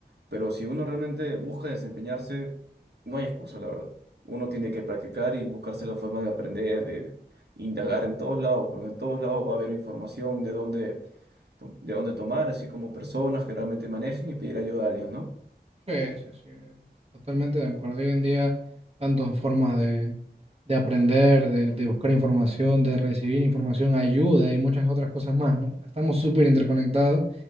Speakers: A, on the right; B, on the right.
A: pero si uno realmente busca desempeñarse, no hay excusa, la verdad. Uno tiene que practicar y buscarse la forma de aprender, de indagar en todos lados, porque en todos lados va a haber información de dónde to- de dónde tomar, así como personas que realmente manejen y pedir ayuda a alguien, ¿no?
B: Sí, sí, sí, totalmente de acuerdo. Hoy en día, tantas formas de, de aprender, de, de buscar información, de recibir información, ayuda y muchas otras cosas más, ¿no? Estamos súper interconectados